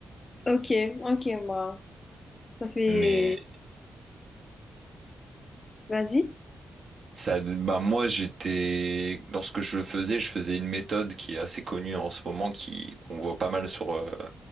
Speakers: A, on the left; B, on the right.
A: Ok, ok, bah, ça fait...
B: Mais
A: Vas-y.
B: Ça, bah moi, j'étais, lorsque je le faisais, je faisais une méthode qui est assez connue en ce moment, qui qu'on voit pas mal sur, euh,